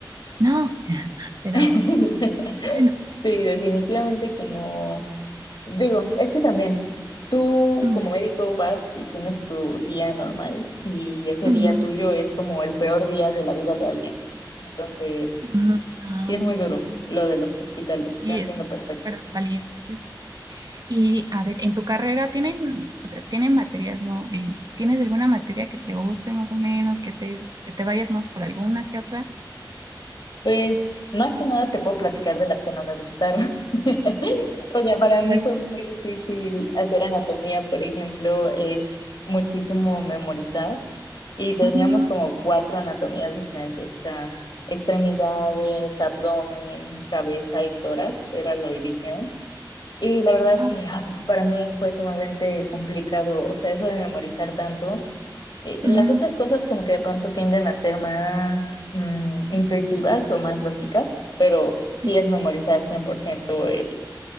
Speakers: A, on the right; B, on the left.
A: no, <laughs> pero
B: <laughs>
A: bueno,
B: Sí, definitivamente que no. Digo, es que también tú
A: ujú,
B: como médico vas y tienes tu día normal y ese
A: ujú,
B: día tuyo es como el peor día de la vida de alguien. Entonces,
A: ujú, claro,
B: sí es muy duro lo de los hospitales,
A: y
B: yo entiendo
A: es
B: perfecto.
A: para valientes. Y a ver, en tu carrera tienen, o sea, tienen materias, ¿no? ¿Y tienes alguna materia que te guste más o menos, que te, que te vayas más por alguna que otra?
B: Pues más que nada te puedo platicar de las que no me gustaron. <laughs> O sea, para mí
A: Las-
B: fue muy difícil hacer anatomía, por ejemplo, es muchísimo memorizar y teníamos
A: Mm,
B: como cuatro anatomías diferentes, o sea, extremidades, abdomen, cabeza y tórax era la división. Y la verdad es
A: oh
B: que
A: my-
B: <laughs> ah, para mí fue sumamente complicado, o sea, eso de memorizar tanto. Eh,
A: ujú,
B: las otras cosas como que de pronto tienden a ser más mm, intuitivas o más lógicas, pero sí
A: ujú,
B: es memorizar 100% el,